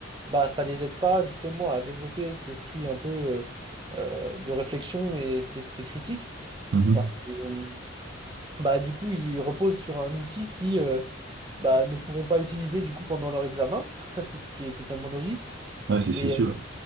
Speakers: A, on the right (about 25°); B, on the right (about 60°).
A: bah, ça les aide pas justement à développer cet esprit un peu euh, euh, de réflexion et cet esprit critique
B: Mhm.
A: parce que euh, bah, du coup, ils reposent sur un outil qui euh, bah, ne pourront pas utiliser du coup pendant leur examen, <laughs> ce qui est totalement logique.
B: Ouais, c'est
A: Et
B: c'est sûr.